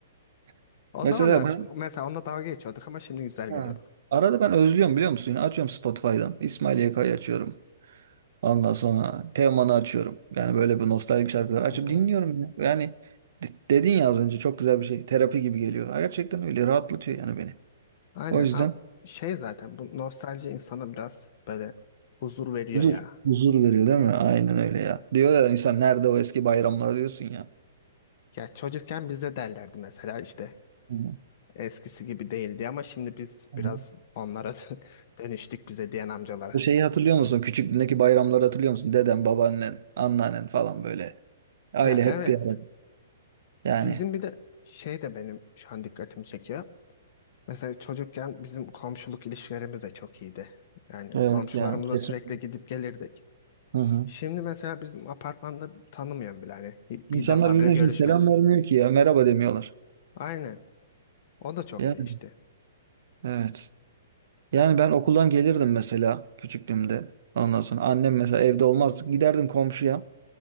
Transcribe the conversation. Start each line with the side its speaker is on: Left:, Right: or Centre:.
Right: <laughs>
Left: O
Right: Mesela
Left: zamanlar
Right: ben
Left: mesela onunla dalga geçiyorduk ama şimdi güzel
Right: ha,
Left: geliyor bana.
Right: arada ben özlüyorum biliyor musun? Yine açıyorum Spotify'dan. İsmail YK'yı açıyorum. Ondan sonra Teoman'ı açıyorum. Yani böyle bir nostaljik şarkılar açıp
Left: Hı hı.
Right: dinliyorum ya. Yani de- dedin ya az önce çok güzel bir şey. Terapi gibi geliyor. Gerçekten öyle rahatlatıyor yani beni.
Left: Aynen.
Right: O yüzden
Left: Abi, şey zaten bu nostalji insana biraz böyle huzur veriyor
Right: huzur
Left: ya.
Right: huzur veriyor değil mi? Aynen öyle ya. Diyor ya insan nerede o eski bayramlar diyorsun ya.
Left: Ya çocukken bize derlerdi mesela işte
Right: Hı.
Left: eskisi gibi değildi ama şimdi biz
Right: Hı.
Left: biraz onlara <laughs> dönüştük bize diyen amcalara.
Right: O şeyi hatırlıyor musun? Küçüklüğündeki bayramları hatırlıyor musun? Deden, babaannen, anneannen falan böyle. Aile
Left: Ya
Right: hep
Left: evet
Right: bir arada. Yani
Left: Bizim bir de şey de benim şu an dikkatimi çekiyor. Mesela çocukken bizim komşuluk ilişkilerimiz de çok iyiydi. Yani
Right: Evet
Left: komşularımıza
Right: ya kesinlikle.
Left: sürekli gidip gelirdik.
Right: Hı hı.
Left: Şimdi mesela bizim apartmanda tanımıyorum bile hani
Right: İnsanlar
Left: bir defa
Right: birbirine
Left: bile görüşmedik.
Right: şimdi selam vermiyor ki ya. Merhaba demiyorlar.
Left: Aynen. O da çok
Right: Yani
Left: değişti.
Right: evet. Yani ben okuldan gelirdim mesela küçüklüğümde. Ondan sonra annem mesela evde olmaz, Giderdim komşuya.